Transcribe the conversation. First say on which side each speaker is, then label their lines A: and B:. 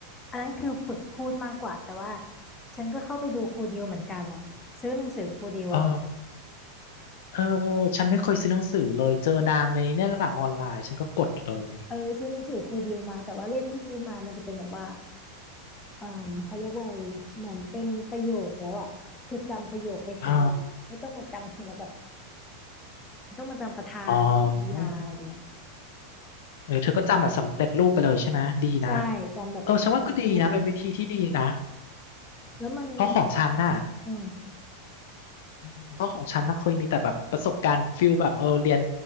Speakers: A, on the left; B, on the left.
A: อันนั้นคือฝึกพูดมากกว่าแต่ว่าฉันก็เข้าไปดูครูดิวเหมือนกันอ่ะซื้อหนังสือครูดิวอ่ะ
B: เออเออเออฉันไม่เคยซื้อหนังสือเลยเจอนางในเนี่ยแหละออนไลน์ฉันก็กดเลย
A: เออซื้อหนังสือครูดิวมาแต่ว่าเล่มที่ซื้อมามันจะเป็นแบบว่า เอ่อเขาเรียกว่าอะไรดีเหมือนเป็นประโยคแล้วอ่ะคือจำประโยคไปใช้เลยอะไม่ต้องมาจำทีละแบบ
B: อ่า
A: ไม่ต้องมาจำประธานกริยาอะไรอย่างเงี้ย
B: อ๋อเออเธอก็จำแบบสำเร็จรูปไปเลยใช่ไหมดีนะ
A: ใช่จำแบบสำเร็จรูป
B: เออฉันว่าก็ดีนะเป็นวิธีที่ดีนะ
A: แล้วมันแบบ
B: เพราะของฉันน่ะ
A: อืม
B: อืมเพราะของฉันน่ะเคยมีแต่แบบประสบการณ์ฟิลแบบเออเรียน